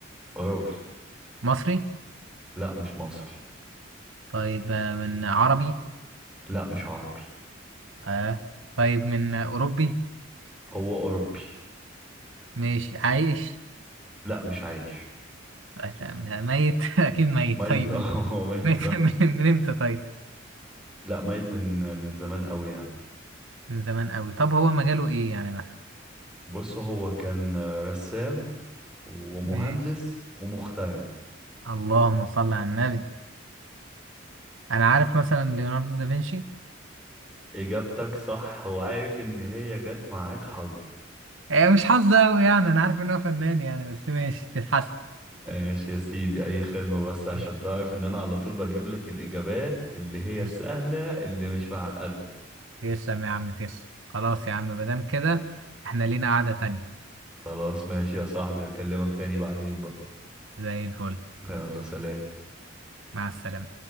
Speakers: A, in the centre; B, on the right (about 75°).
A: راجل
B: مصري
A: لا مش مصري
B: طيب آه، من عربي
A: لا مش عربي
B: آه. طيب من أوروبي
A: هو اوروبي
B: مش عايش
A: لا مش عايش
B: آه، لا، لا، ميت <laughs> أكيد ميت
A: ميت
B: طيب
A: اه
B: ال-
A: <laughs> هو
B: <laughs>
A: ميت
B: ميت
A: بقى
B: من من إمتى طيب
A: لا ميت من من زمان قوي يعني
B: من زمان أوي طب هو مجاله إيه يعني مثلا
A: بص هو كان رسام ومهندس
B: ماشي
A: ومخترع
B: اللهم صل على النبي أنا عارف مثلا ليوناردو دافنشي
A: اجابتك صح وعارف ان هي جت معاك حظ
B: آه، مش حظ أوي يعني أنا عارف إن هو فنان يعني بس ماشي تتحسن
A: ماشي يا سيدي اي خدمة بس عشان
B: ماشي،
A: تعرف ان انا على طول بجيب لك الاجابات اللي هي
B: ماشي.
A: السهلة اللي مش معقدة
B: تسلم يا عم تسلم خلاص يا عم مادام كده إحنا لينا قعدة تانية
A: خلاص ماشي يا صاحبي هكلمك تاني بعدين بقى
B: زي الفل
A: يلا سلام
B: مع السلامة